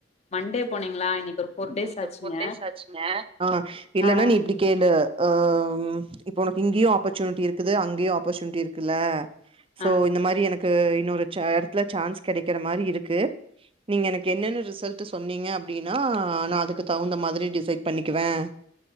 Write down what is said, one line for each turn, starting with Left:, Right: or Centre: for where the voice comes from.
Left: மண்டே போனீங்களா இன்னைக்கு ஒரு ஃபோர் டேஸ்
Right: எனக்கு
Left: ஆச்சுங்க
Right: ஒரு ஃபோர் டேஸ் ஆச்சுங்க ஆ இல்லனா
Left: ஆ
Right: நீ இப்டி கேளு ஆ இப்போ உனக்கு இங்கயும் ஆப்பர்ச்சுனிட்டி இருக்குது அங்கேயும் ஆப்பர்ச்சுனிட்டி இருக்குல்ல சோ
Left: ஆ
Right: இந்த மாரி எனக்கு இன்னொரு இடத்துல சான்ஸ் கடைக்கிற மாரி இருக்கு நீங்க எனக்கு என்னென்னு ரிசல்ட் சொன்னீங்க அப்பிடின்னா நா அதுக்கு தகுந்த மாரி டிசைட் பண்ணிக்குவேன்